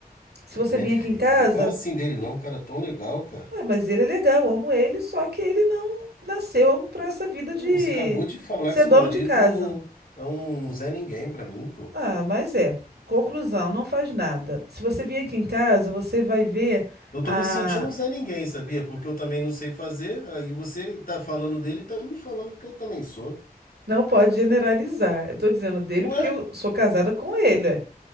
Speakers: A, on the right; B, on the left.
A: se
B: Minha
A: você vir
B: filha,
A: aqui em casa,
B: não fala assim dele não, um cara é tão legal, cara.
A: ué, mas ele é legal, eu amo ele, só que ele não nasceu para essa vida
B: Pô,
A: de
B: você acabou de falar
A: ser
B: que seu
A: dono
B: marido
A: de casa.
B: é um Zé Ninguém pra mim, pô.
A: Ah, mas é. Conclusão, não faz nada. Se você vir aqui em casa, você vai ver
B: Eu
A: a.
B: tô me sentindo um Zé Ninguém, sabia? Porque eu também não sei fazer, aí você tá falando dele e tá me falando que eu também sou.
A: Não pode generalizar. Eu tô dizendo dele
B: Ué?
A: porque eu sou casada com ele. é.